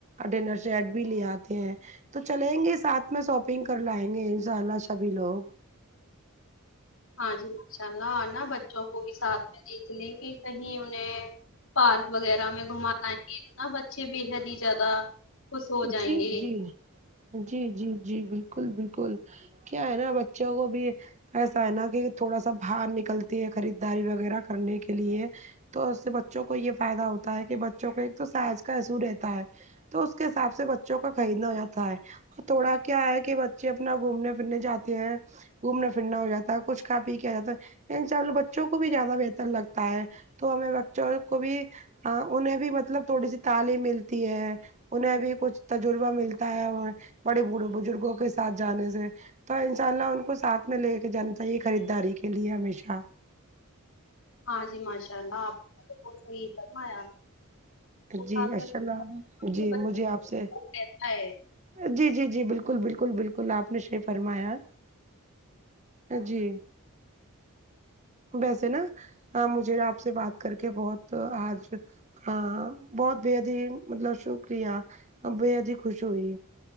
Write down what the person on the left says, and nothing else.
ہاں جی انشاء اللہ اور نا بچوں کو بھی ساتھ میں دیکھ لیں گے کہیں انہیں پارک وغیرہ میں گھما لائیں گے تو نا بچے بے حد ہی زیادہ خوش ہو جائیں
گے
ہاں جی ماشاء اللہ آپ نے بہت صحیح فرمایا وہ
ساتھ
میں
تو بچوں
کو کہتا ہے